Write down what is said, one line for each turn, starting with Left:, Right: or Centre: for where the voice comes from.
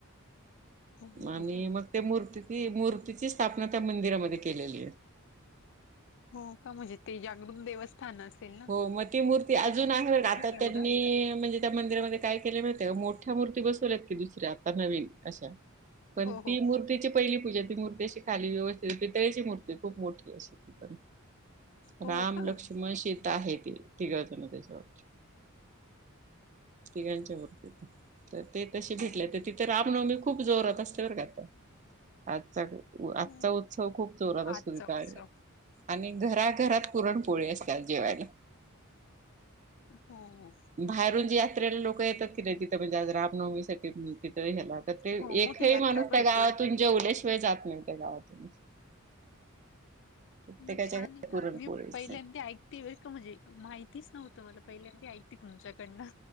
Left: हो हो
Right: म आणि
Left: हो हो.
Right: मग ते मूर्तीची, मूर्तीची स्थापना त्या मंदिरामध्ये केलेली आहे.
Left: हो का, म्हणजे ते जागृत देवस स्थान असेल न?
Right: हो म ती मूर्ती अजून आहे बर का, आता
Left: एवढं
Right: त्यांनी म्हणजे त्या मंदिरामध्ये काय केलय माहित आहे का, मोठ्या मूर्ती बसवल्यात की दुसऱ्या आता नवीन अशा पण
Left: हो हो
Right: ती मूर्तीची पहिली पूजा, ती मूर्ती अशी खाली व्यवस्थित पितळेची मूर्ती खूप मोठी अशी ती पण
Left: हो
Right: राम,
Left: का
Right: लक्ष्मण, सीता आहे ती तिघजण त्याच्यावर तिघांच्या मूर्ती तिथं, तर ते तसे भेटले तर तिथे रामनवमी खूप जोरात असते बर का आता. आजचा उ
Left: हो
Right: आजचा उत्सव खूप जोरात
Left: आजचा
Right: असतो तिथ
Left: उत्सव
Right: आणि घराघरात पुरण पोळी असत्या जेवायला.
Left: हो हो.
Right: बाहेरून जी यात्रेला लोक येतात किनई तिथं म्हणजे आज रामनवमीसाठी म्हणून. तिथ एकही हेना तर ते
Left: हो
Right: एकही
Left: मोठी यात्रा
Right: माणूस
Left: भरते
Right: त्या गावातून जेवल्याशिवाय जात नाही त्या गावातून. प्रत्येकाच्या
Left: मग छान
Right: घरात
Left: आहे ना.
Right: पुरणपोळीच
Left: मी पहिल्यांदी ऐक- <inaudible> म्हणजे माहितीच नव्हतं मला पहिल्यांदा ऐकते तुमच्याकडनं.